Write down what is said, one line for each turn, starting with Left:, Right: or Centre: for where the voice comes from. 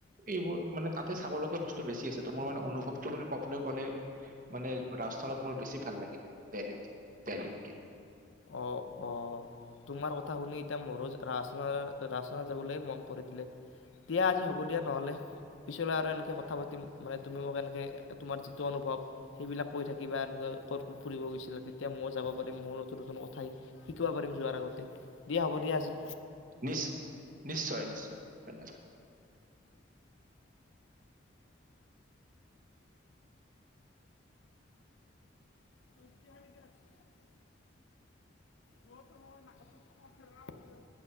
Right: এইবোৰ মানে তাতে চাব লগীয়া বস্তু বেছি আছে তো মোৰ মানে অনুভৱটো মানে কবলৈ গ'লে মানে ৰাজস্থানত মোৰ বেছি ভাল লাগিলে দেহলিত দেহলীতকে
Left: অ অ তোমাৰ কথা শুনি এতিয়া মোৰো ৰাজস্থা ৰাজস্থান যাবলে মন কৰি দিলে দিয়া আজি হ'ব দিয়া নহ'লে। পিছলৈ আৰু এনেকে কথা পাতিম মানে তুমি মোক এনেকে তোমাৰ যিটো অনুভৱ সেইবিলাক কৈ থাকিবা এনেকোৱা ক'ত ক'ত ফুৰিব গৈছিলা তেতিয়া মই যাব পাৰিম মোৰ নতুন নতুন কথাই শিকিব পাৰিম যোৱাৰ আগতে দিয়া হ'ব দিয়া আজি
Right: নিশ নিশ্চয় নিশ্চয় ধন্যবাদ
Left: <unintelligible> তহঁত মই ন খেলনা হৈ যাব